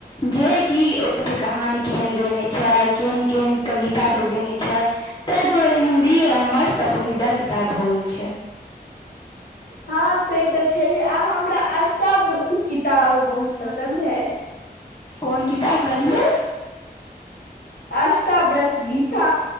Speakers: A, on the left; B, on the left.
A: जे कि ओहिपर कहानी केहन देने छै केहन केहन कवितासब देने छै। तैं दुआरे हिन्दी हमर पसन्दीदा किताब भऽ गेल छै।
B: हँ से तऽ छै आ हमरा आष्टा बर्कू किताब बहुत पसन्द है।
A: कोन किताब कहलीये?
B: आष्टा बड़क गीता।